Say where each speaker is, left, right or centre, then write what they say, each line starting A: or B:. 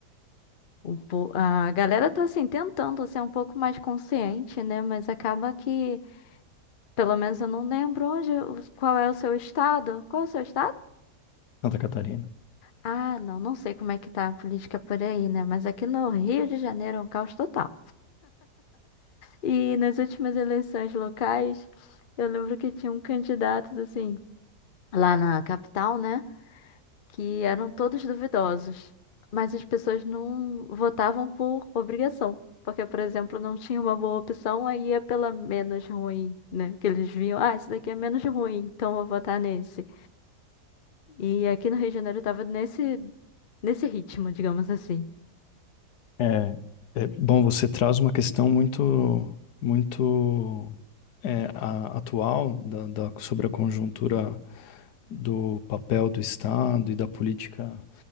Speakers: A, on the left; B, on the left.
A: O po- A galera tá assim tentando ser um pouco mais consciente, né? Mas acaba que Pelo menos eu não lembro onde, qual é o seu estado. Qual é o seu estado?
B: Santa Catarina.
A: Ah, não, não sei como é que tá a política por aí, né? Mas aqui no Rio de Janeiro é um caos total. E nas últimas eleições locais, eu lembro que tinha um candidato, assim, lá na capital, né? Que eram todos duvidosos. Mas as pessoas não votavam por obrigação. Porque, por exemplo, não tinha uma boa opção, aí ia pela menos ruim, né? Que eles viam, ah, esse daqui é menos ruim, então vou votar nesse. E aqui no Rio de Janeiro tava nesse, nesse ritmo, digamos assim.
B: É, é, bom, você traz uma questão muito, muito é, a- atual da, da- sobre a conjuntura do papel do Estado e da política